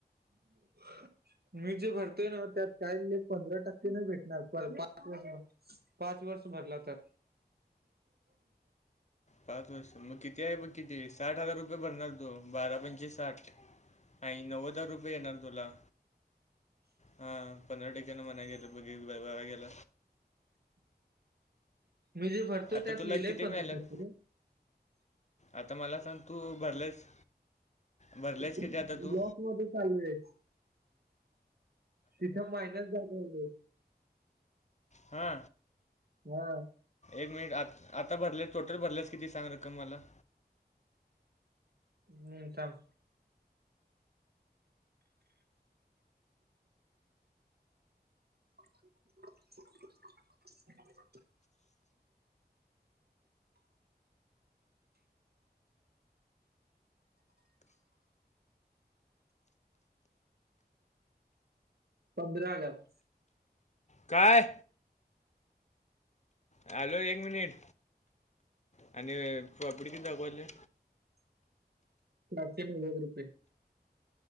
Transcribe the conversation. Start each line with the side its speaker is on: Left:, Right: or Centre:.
Right: <unintelligible> मी जे भरतोय नव्ह, त्यात काही नाही पंधरा टक्केन भेटणार पण पाच <unintelligible> पाच वर्ष भरला तर.
Left: पाच वर्ष मग किती आहे? बघ किती साठ हजार रुपये भरणार तो बारा पंचेे साठ आणि नव्वद हजार रुपये येणार तुला. हा, पंधरा टक्केन म्हणाय गेलं म्हणजे वाया गेल.
Right: मी जे भरतोय
Left: आता
Right: त्यात,
Left: तुला
Right: लिहिलंय
Left: किती
Right: पंधरा
Left: मिळाल्यात
Right: टक्के रे.
Left: आता मला सांग तू भरलेस? भरलेस
Right: लॉस
Left: किती आता तू
Right: मध्ये चालोय. तिथं मायनस झालयं लय.
Left: हा.
Right: हा.
Left: एक मिनिट आ -आता भरलेत टोटल भरलेस किती सांग रक्कम मला?
Right: मी थांब <unintelligible> पंधरा हजार.
Left: काय? हॅलो! एक मिनिट आणि प्राँफिट किती दाखवालय.
Right: सातशे नव्वद रुपये.